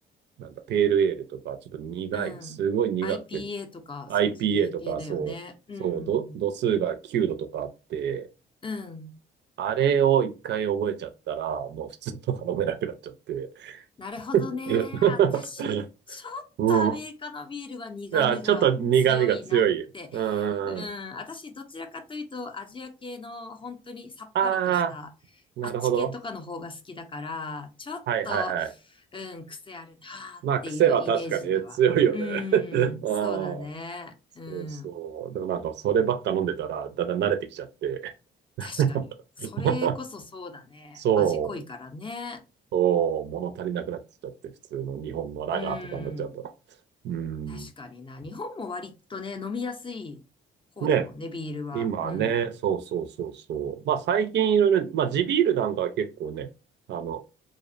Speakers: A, on the right; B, on the left.
A: なんだ、ペールエールとか、ちょっと苦い、
B: うん。
A: すごい苦くて、
B: IPA とかそっち系だよね。
A: IPA とか、そう、
B: うん。
A: そう、度、度数が9度とかあって、
B: うん。
A: あれを一回覚えちゃったら、もう普通とか飲めなくなっちゃって。
B: なるほどね。
A: <laughs>
B: 私、ちょっとアメリカのビールは苦味が強いなって。
A: うん。<laughs> あ、ちょっと苦味が強い。うん。
B: うん、
A: あ
B: 私、どちらかというと、アジア系の本当にさっぱりとした、
A: あー、なるほど。
B: あっち系とかの方が好きだから、ちょっと、
A: はいはいはい。
B: うん、癖あるなーっていうイメージでは。
A: まあ、癖は確かにね強いよね。
B: うん、
A: <laughs> ああ、
B: そうだね。
A: そうそう。
B: うん、
A: でもなんか、そればっか飲んでたら、だんだん慣れてきちゃって。<laughs>
B: 確かに。それこそそうだね。
A: <laughs> そう、
B: 味濃いからね。
A: そう、物足りなくなってきちゃって、普通の日本のラガーとかになっちゃうと。
B: うん。
A: うん。
B: 確かにな。日本も割とね、飲みやすい方だもんね、
A: ね、
B: ビールは。
A: 今ね、
B: うん。
A: そうそうそうそう。まあ最近いろいろ、まあ地ビールなんかは結構ね、あの、